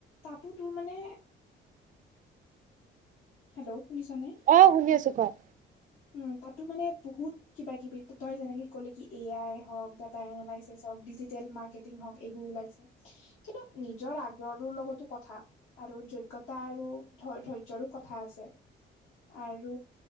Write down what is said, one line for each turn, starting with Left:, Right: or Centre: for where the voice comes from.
Left: তাতো তোৰ মানে। হেল্ল' শুনিছনে?
Right: অহ, শুনি আছো ক'।
Left: উম' তাতো মানে বহুত। কিবা-কিবি তই যেনেকে ক'লে কি এয়াই হওঁক, ডাটা এনালিচিচ হওঁক, ডিজিটেল মাৰ্কেটিং হওঁক, এইবোৰ ওলাইছে। কিন্তু নিজৰ আগ্ৰহটোৰ লগতো কথা। আৰু যোগ্যতা আৰু ধৈ অধৈৰ্য্যৰো কথা আছে। আৰু